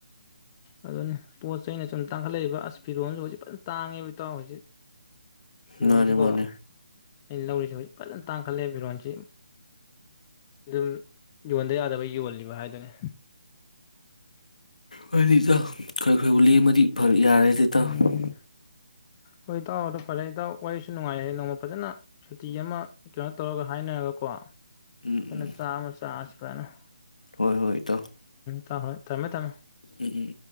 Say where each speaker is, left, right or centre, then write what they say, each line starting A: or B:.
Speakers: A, on the left; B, on the left.
A: ꯑꯗꯨꯅꯤ ꯄꯣꯠ ꯆꯩꯩꯅ ꯁꯨꯝ ꯇꯥꯡꯈꯠꯂꯛꯏꯕ ꯑꯁ ꯐꯤꯔꯣꯝꯁꯨ ꯍꯧꯖꯤꯛ ꯐꯖꯅ ꯇꯥꯡꯉꯦꯕ ꯏꯇꯥꯎ ꯍꯧꯖꯤꯛ ꯐꯤꯔꫭꯜ
B: ꯃꯥꯅꯦ
A: ꯁꯦꯀꫭ
B: ꯃꯥꯅꯦ
A: ꯑꯩꯅ ꯂꯧꯔꯤꯁꯦ ꯍꯧꯖꯤꯛ ꯐꯖꯅ ꯇꯥꯡꯈꯠꯂꯦ ꯐꯤꯔꯣꯟꯁꯤ ꯑꯗꯨꯝ ꯌꯣꯟꯗ ꯌꯥꯗꯕꯩ ꯌꯣꯜꯂꯤꯕ ꯍꯥꯏꯗꯨꯅꯦ
B: ꯍꯣꯏꯗ ꯏꯇꯥꯎ ꯈꯔ ꯈꯔꯕꯨ ꯂꯦꯝꯃꯗꯤ ꯐꯔ ꯌꯔꯦꯗꯥ ꯏꯇꯥꯑꯣ
A: ꯎꯝ ꯍꯣꯏ ꯏꯇꯥꯑꯣ ꯑꯗꯨ ꯐꯔꯦ ꯢꯇꯥꯑꯣ ꯋꯥꯔꯤꯍꯁꯨ ꯅꯨꯡꯉꯥꯏ ꯍꯥꯏ ꯅꯣꯡꯃ ꯐꯖꯅ ꯁꯨꯇꯤ ꯑꯃ ꯀꯩꯅꯣ ꯇꯧꯔꯒ ꯍꯥꯏꯅꯔꯒꯀꯣ
B: ꯎꯝ
A: ꯀꯩꯅꫭ
B: ꯎꯝ
A: ꯆꯥ ꯑꯃ ꯆꯁꯤ ꯀꯗꯥꯏꯅꫭ
B: ꯍꯣꯏ ꯍꯣꯏ ꯏꯇꯥꯎ
A: ꯇꯥꯍꯥꯏ ꯊꯝꯃꯦ ꯊꯝꯃꯦ
B: ꯎꯝ ꯎꯝ